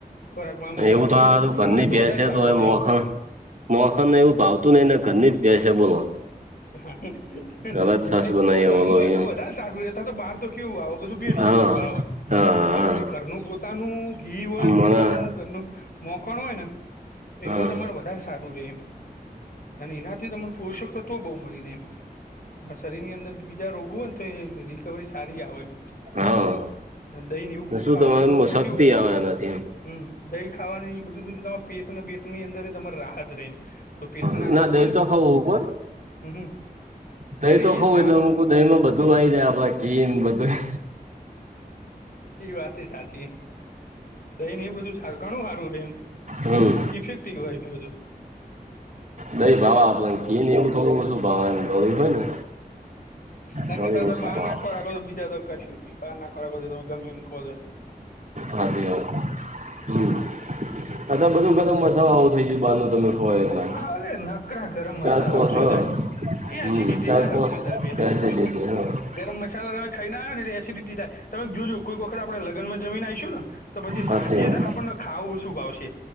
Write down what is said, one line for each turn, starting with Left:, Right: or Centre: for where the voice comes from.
Left: ખોરાકમાં આમ ઘરનું
Right: એવું તો હારું
Left: ઘી
Right: ઘરની
Left: હોય તો
Right: ભેંસ
Left: વધારે
Right: છે
Left: સારું રે
Right: મોખણ
Left: એમ.
Right: મોખણ ને એવું ભાવતું ની ને ઘરની જ ભેંસ હે બોલો
Left: <unintelligible> હ
Right: ઘરે જ છાસ
Left: એટલું
Right: બનાવી
Left: તો ઘરનું
Right: બોલો
Left: તો
Right: એમ
Left: વધારે સારું તો બહાર તો કેવું આવે બધું ભેડસેડયું
Right: હા
Left: આવ.
Right: હા
Left: પણ
Right: હા
Left: આપણું ઘરનું પોતાનું ઘી હોય
Right: હા
Left: પોતાનું ઘરનું મોખણ હોય ન તો ઈમત
Right: હા
Left: વધારે સારું રેય એમ અને એનાથી તમને પોષક તત્વો બઉ મળી રેય એમ એમા શરીરની અંદર બીજા રોગો હોય ને તો એ રિકવરી સારી આવે એમ
Right: હા
Left: અને દહીને એવું બધું
Right: શું
Left: ખાવાથી
Right: તમારે
Left: તો તમે
Right: શક્તિ
Left: કેવું
Right: આવે એનાથી એમ
Left: હમ દહી ખાવાની બધું સુધી તમા પેટને બેટ ની અંદર તમારે રાહત રહે એમ કોઈ પેટના
Right: હ ના
Left: રોગ
Right: દહી
Left: હોય ને
Right: તો ખાવ કો
Left: હમ હા
Right: દહી તો ખઉું
Left: એ સારું
Right: એટલે મકું દહીમાં બધું વાઈ જાય આપડા કેીમ બધું
Left: હ એ વાત સાચી દહી ને એ બધું ઘણું સારું રહેે એમ
Right: હમ
Left: ઇફેક્ટિવ હોય એ બધું. હમ
Right: દઈ ભાવા આપડને કી ને એવું તોોલ શું ભવા એ ગોળ હોય ને
Left: ના
Right: ગળ્યું
Left: કરતા તો
Right: ઓછું
Left: બહાર
Right: ભાવે
Left: ના ખોરાકો તો બીજા તો કશું બાર ના ખોરાકો તો તમે ગમે એમ ખોવા દોય.
Right: હાજી હ હમ અ બધું ગરમ મસાલા આવો થઈ ગયું બહારનું તમે ખો એટલે
Left: હાવે નકરા ગરમ
Right: ચાર
Left: મસાલાઓ
Right: પાંચ
Left: શું
Right: હા
Left: થાય? એ
Right: હમ
Left: હસી દીદી
Right: ચાર
Left: થાય
Right: પાંચ
Left: સવ થ તારે પહેલી તો
Right: એસિડિટી હા
Left: ગરમ મસાલા તમે ખાઈને આવે ને એટલે એસિડિટી થાય તમે જોજુ કોઈક વખત આપણે લગ્નમાં જમીન આવીશું ને તો પછી
Right: હાચી
Left: સાંજે
Right: વાત
Left: છે ને આપણને ખાવું શું ભાવશે